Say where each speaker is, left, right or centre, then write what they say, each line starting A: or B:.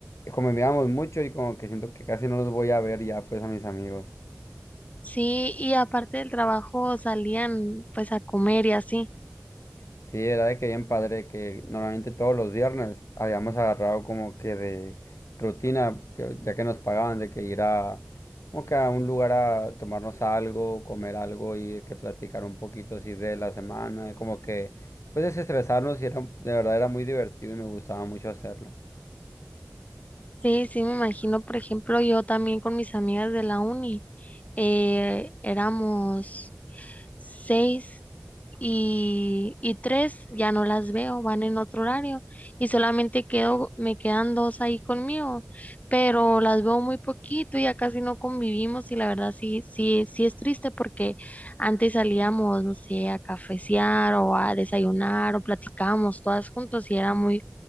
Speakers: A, on the left; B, on the left.
A: convivíamos mucho y como que siento que casi no los voy a ver ya pues a mis amigos.
B: Sí, y aparte del trabajo salían pues a comer y así.
A: Sí, era de que bien padre, que normalmente todos los viernes habíamos agarrado como que de rutina, que- ya que nos pagaban de que ir a como que a un lugar a tomarnos algo, comer algo y de que platicar un poquito así de la semana, como que pues desestresarnos y era, de verdad era muy divertido y me gustaba mucho hacerlo.
B: Sí, sí, me imagino, por ejemplo, yo también con mis amigas de la uni, eh, éramos seis y, y tres ya no las veo, van en otro horario y solamente quedo, me quedan dos ahí conmigo, pero las veo muy poquito, y ya casi no convivimos y la verdad sí, sí, sí es triste porque antes salíamos, no sé, a cafecear o a desayunar o platicábamos todas juntos y era muy,